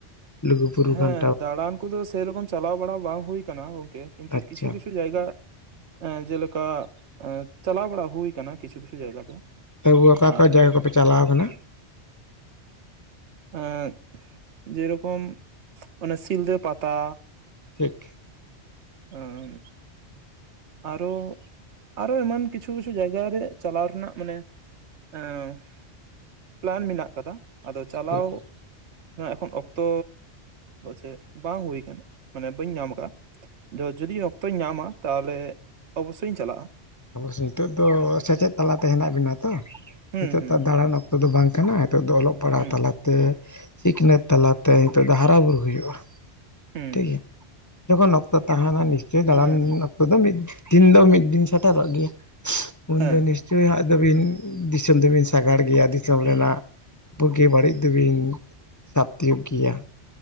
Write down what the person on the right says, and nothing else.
ᱦᱮᱸ
ᱫᱟᱬᱟᱱ ᱠᱚᱫᱚ ᱥᱮᱨᱚᱠᱚᱢ ᱪᱟᱞᱟᱣ ᱵᱟᱲᱟ ᱵᱟᱝ ᱦᱩᱭ ᱠᱟᱱᱟ ᱜᱚᱝᱠᱮ, ᱠᱤᱱᱛᱩ
ᱠᱤᱪᱷᱩ ᱠᱤᱪᱷᱩ ᱡᱟᱭᱜᱟ ᱮᱸᱻ ᱡᱮᱞᱮᱠᱟ ᱮᱸᱻ ᱪᱟᱞᱟᱣ ᱵᱟᱲᱟ ᱦᱩᱭ ᱠᱟᱱᱟ ᱠᱤᱪᱷᱩ ᱠᱤᱪᱷᱩ ᱡᱟᱭᱜᱟ ᱫᱚ᱾
ᱟᱨ
ᱮᱸᱜ ᱡᱮᱨᱚᱠᱚᱢ ᱚᱱᱮ ᱥᱤᱞᱫᱟᱹ ᱯᱟᱛᱟ,
<unintelligible> ᱟᱨᱚ ᱟᱨᱚ ᱮᱢᱟᱱ ᱠᱤᱪᱷᱩ ᱠᱤᱪᱷᱩ ᱡᱟᱭᱜᱟᱨᱮ ᱪᱟᱞᱟᱣ ᱨᱮᱱᱟᱜ ᱢᱟᱱᱮ᱾ ᱮᱸ ᱯᱞᱟᱱ ᱢᱮᱱᱟᱜ ᱠᱟᱫᱟ ᱟᱫᱚ ᱪᱟᱞᱟᱣ᱾
ᱚᱱᱟ ᱮᱠᱷᱚᱱ ᱚᱠᱛᱚ ᱪᱮ ᱵᱟᱝ ᱦᱩᱭ ᱠᱟᱱᱟ ᱢᱟᱱᱮ ᱵᱟᱹᱧ ᱧᱟᱢ ᱠᱟᱜ-ᱟ᱾ ᱫᱚ ᱡᱩᱫᱤ ᱚᱠᱛᱚᱧ ᱧᱟᱢᱟ ᱛᱟᱦᱞᱮ ᱚᱵᱚᱥᱥᱳᱭᱤᱧ ᱪᱟᱞᱟᱜ-ᱟ᱾
ᱦᱩᱸ
ᱦᱩᱸ
ᱦᱩᱸ
ᱦᱩᱸ
ᱦᱩᱸ ᱦᱩᱸ
ᱦᱮᱸ
ᱦᱮᱸ
ᱦᱮᱸ